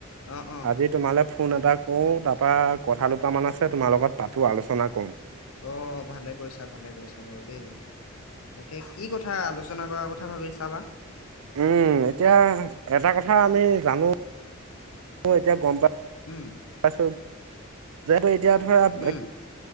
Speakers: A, on the left (about 75°); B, on the right (about 85°).
A: অ অ
B: আজি তোমালে ফোন এটা কৰোঁ তাৰপা কথা দুটামান আছে তোমাৰ লগত পাতো আলোচনা কৰোঁ
A: অ ভালে কৰিছা ভালে কৰিছা বাৰু দেই তাকে কি কথা আলোচনা কৰাৰ কথা ভাবি চাবা
B: উম এতিয়া এটা কথা আমি জানো <unintelligible>
A: উম
B: <unintelligible> এতিয়া ধৰা
A: উম